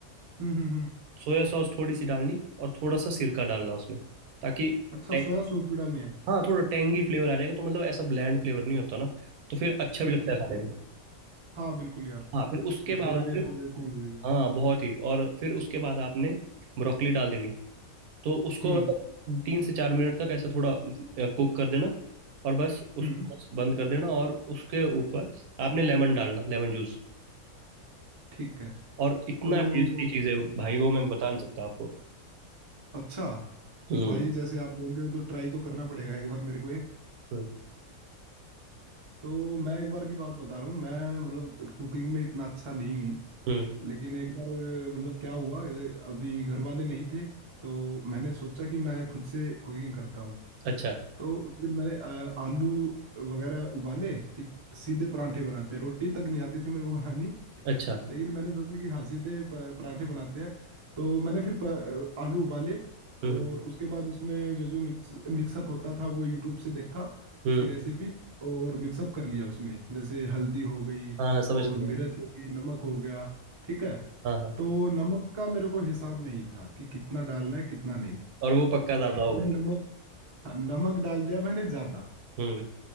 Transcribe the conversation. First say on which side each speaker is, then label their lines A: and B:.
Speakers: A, on the right; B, on the right.
A: हम्म हम्म हम्म।
B: सोया सॉस थोड़ी सी डालनी और थोड़ा सा सिरका डालना उसमें ताकि
A: अच्छा
B: टैंग-
A: सोया सॉस भी डालनी है
B: हाँ थोड़ा टेंगी फ्लेवर आ जाएगा तो मतलब ऐसा ब्लैंड फ्लेवर नहीं होता ना तो फिर अच्छा
A: ठीक
B: भी लगता
A: ठीक
B: है खाने
A: ठीक
B: में
A: हाँ बिल्कुल यार
B: हाँ फिर उसके बाद
A: थोड़ा
B: आपने
A: टेस्ट चेंज हो जाएगा
B: हाँ बहुत ही और फिर उसके बाद आपने ब्रोकली डाल देनी तो उसको
A: हम्म
B: मतलब तीन से चार मिनट तक ऐसा थोड़ा कुक कर देना और बस उसको
A: हम्म
B: बस बंद कर देना और उसके ऊपर आपने लेमन डालना लेमन जूस
A: ठीक है
B: और इतना
A: तो
B: टेस्टी चीज़ है भाई वो मैं बता नहीं सकता आपको
A: अच्छा
B: हम्म
A: भाई जैसे आप बोल रहे हो तो ट्राई तो करना पड़ेगा एक बार मेरे को ये
B: हम्म
A: तो मैं एक बार की बात बता रहा हूँ मैं मतलब कुकिंग में इतना अच्छा नहीं हूँ
B: हम्म
A: लेकिन एक बार मतलब क्या हुआ अभी घर वाले नहीं थे तो मैंने सोचा कि मैं खुद से कुकिंग करता हूँ
B: अच्छा
A: तो उस दिन मैंने अ, आलू वगैरह उबाले कि सीधे परांठे बनाते हैं रोटी तक नहीं आती थी मेरे को बनानी <laughs>
B: अच्छा
A: लेकिन मैंने सोचा कि हाँ सीधे प- परांठे बनाते हैं तो मैंने फिर प- आलू उबाले
B: हम्म
A: और उसके बाद उसमें जो जो मिक्स मिक्सअप होता था वो यूट्यूब से देखा
B: हम्म
A: उसकी रेसिपी और मिक्सअप कर लिया उसमें जैसे हल्दी हो गई
B: हाँ हाँ, समझ
A: और
B: गया
A: मिर्च हो गई नमक हो गया ठीक है
B: हाँ हाँ
A: तो नमक का मेरे को हिसाब नहीं था कि कितना डालना है कितना नहीं <laughs>
B: और वो पक्का दादा हो
A: मैंने
B: गया
A: नमक हाँ, नमक डाल दिया मैंने ज्यादा
B: हम्म